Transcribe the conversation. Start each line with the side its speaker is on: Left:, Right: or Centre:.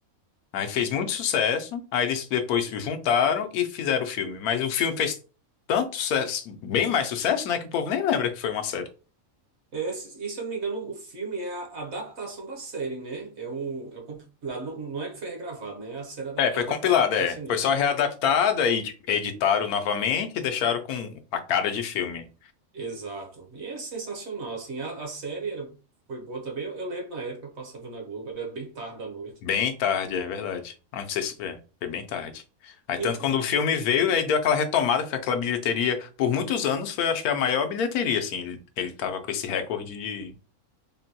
Left: Aí fez muito sucesso, aí eles depois se juntaram e fizeram o filme. Mas o filme fez tanto sucesso, bem mais sucesso, né, que o povo nem lembra que foi uma série.
Right: É, se, e se eu não me engano, o filme é a adaptação da série, né? É o, é o compilado, não, não é que foi regravado, né? É a série adaptada
Left: É, foi compilado,
Right: para para
Left: é.
Right: cinema.
Left: Foi só readaptado, aí tipo, editaram novamente e deixaram com a cara de filme.
Right: Exato. E é sensacional, assim, a, a série era, foi boa também. Eu, eu lembro na época, eu passava na Globo, era bem tarde da noite.
Left: Bem tarde, é verdade. Ah, Não sei se é, foi bem tarde. Aí tanto
Right: Inclu-
Left: quando o filme veio, aí deu aquela retomada, foi aquela bilheteria. Por muitos anos foi, acho que a maior bilheteria, assim. Ele, ele tava com esse recorde de,